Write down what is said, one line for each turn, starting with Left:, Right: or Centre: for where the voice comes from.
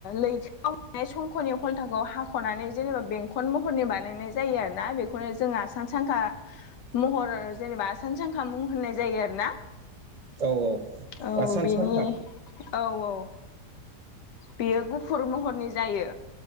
Left: लैथोआव नाय संखनि खन्थाखौ हाखनानै जेनेबा बेंखन महरनि बानायनाय जायो आरोना बेखौ खौनो जों आसान सांखा महर जेनेबा सानसांखा मुं होननाय जायो आरो ना।
Right: औ औ
Left: औ
Right: सान
Left: बिनि
Right: सानखा
Left: औ औ। बियो गुफुर महरनि जायो